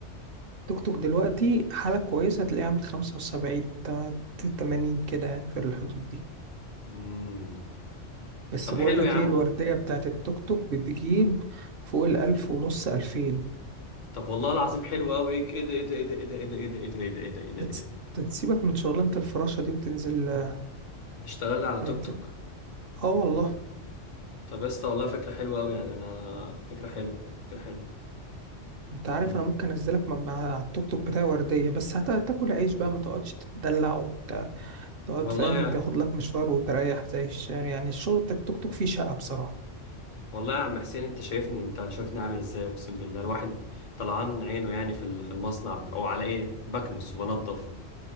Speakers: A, on the right; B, on the left.
A: توك توك دلوقتي حاله كويسه هتلاقيه عامل 75 تا- 80 كده يعني في الحدود دي
B: كده
A: بس
B: طب
A: بقول
B: حلو
A: لك
B: يا عم
A: ايه الوردية
B: والله
A: بتاعت التوك توك بتجيب فوق الألف ونص ألفين
B: طب والله العظيم حلو قوي ايه إيه ده ايه ده ايه ده ايه ده ايه ده ايه ده ايه ده ايه ده ايه ده ايه ده
A: هتس-
B: ايه ده
A: هتسيبك من شغلانة الفراشة دي وتنزل اه
B: اشتغل لي على توك
A: ت-
B: توك
A: آه والله
B: طب يا اسطى والله فكره حلوه قوي يعني انا فكره حلوه فكره حلوه
A: انت عارف
B: امم
A: انا ممكن انزلك مع مع التوك توك بتاعي وردية بس هت- هتاكل عيش بقى ما تقعدش تتدلع وتقعد
B: والله
A: فاهم
B: يا
A: تاخد لك مشوار وتريح زي الش... يعني الشغل بتاع التوك توك فيه شقة بصراحة
B: والله يا عم حسين انت شايفني انت شايفني عامل ازاي اقسم بالله الواحد طلعان عينه يعني في ال- في المصنع او على ايه بكنس وبنضف